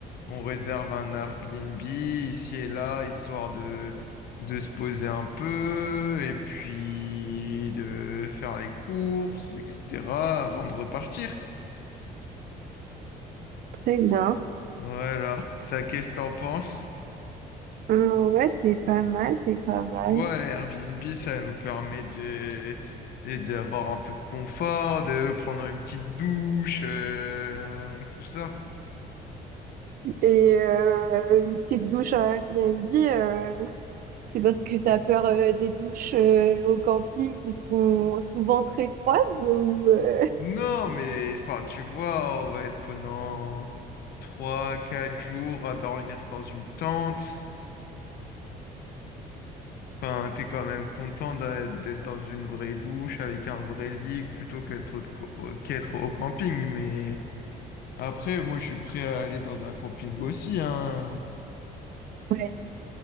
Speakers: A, on the left; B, on the right.
A: on réserve un Airbnb ici et là, histoire de, de se poser un peu, et puis de faire les courses, etc., avant de repartir.
B: Très bien.
A: Voilà. Ça, qu'est-ce que t'en penses?
B: Euh, ouais, c'est pas mal, c'est pas mal.
A: Tu vois, Airbnb, ça nous permet de, de- d'avoir un peu de confort, de prendre une petite douche, euh, tout ça.
B: Et euh, une petite douche à Airbnb, euh, c'est parce que t'as peur euh, des douches euh, au camping qui sont souvent très froides ou euh,
A: Non, mais enfin, tu vois, on va être pendant trois, quatre jours à dormir dans une tente. Enfin, t'es quand même content d'a- d'être dans une vraie douche avec un vrai lit plutôt qu'être au, co- qu'être au camping. Mais après, moi, je suis prêt à aller dans un camping aussi, hein.
B: Ouais,